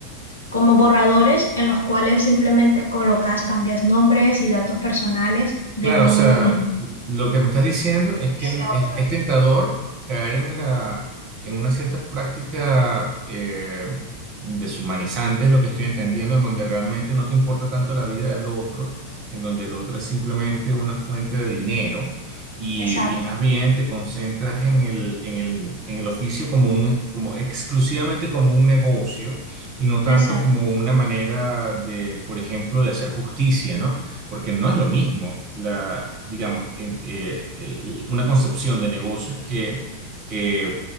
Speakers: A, on the left (about 75°); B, on the right (about 40°).
A: como borradores en los cuales simplemente colocas, cambias nombres y datos personales de
B: Claro,
A: un
B: o sea, lo que me estás diciendo es
A: cliente
B: que en-
A: a
B: es,
A: otro.
B: es tentador caer en la, en una cierta práctica eh, deshumanizante, es lo que estoy entendiendo, en donde realmente no te importa tanto la vida del otro, en donde el otro es simplemente una fuente de dinero y,
A: Exacto,
B: y más bien te concentras en el, en el, en el oficio como un, como exclusivamente como un negocio y no tanto
A: exacto.
B: como una manera de, por ejemplo, de hacer justicia, ¿no? porque no es lo mismo, la, digamos, en- eh, el- una concepción de negocios que, que